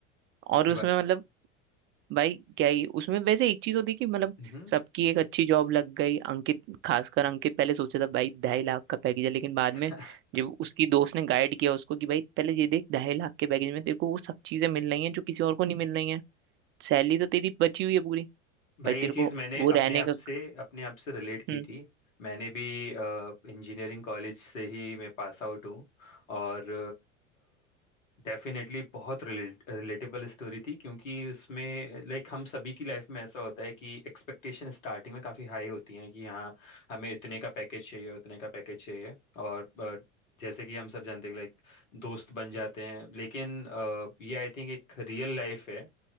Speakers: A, on the right (about 35°); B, on the left (about 85°).
A: और
B: ये
A: उसमें
B: बात
A: मतलब भाई क्या ही उसमें वैसे एक चीज होती कि मतलब
B: हम्म
A: सबकी एक अच्छी जॉब लग गई अंकित खासकर अंकित पहले सोचा था भाई ढाई लाख का पैकेज है लेकिन बाद
B: <laughs>
A: में जब उसकी दोस्त ने गाइड किया उसको कि भाई पहले ये देख ढाई लाख के पैकेज में तेरे को वो सब चीजें मिल रही हैं जो किसी और को नहीं मिल रही हैं सैलरी तो तेरी बची हुई है पूरी
B: भाई
A: भाई तेरे
B: ये चीज़
A: को
B: मैंने
A: वो
B: अपने
A: रहने
B: आप
A: का
B: से अपने आप से रिलेट
A: हम्म
B: की थी मैंने भी इंजीनियरिंग कॉलेज से ही मैं पास आउट हूँ और डेफिनेटली बहुत रिलेट रिलेटेबल स्टोरी थी क्योंकि उसमें लाइक हम सभी की लाइफ में ऐसा होता है कि एक्सपेक्टेशन स्टार्टिंग में काफ़ी हाई होती है कि हाँ हमें इतने का पैकेज चाहिए उतने का पैकेज चाहिए और अ, जैसे कि हम सब जानते हैं लाइक दोस्त बन जाते हैं लेकिन अ, ये आई थिंक एक रियल लाइफ है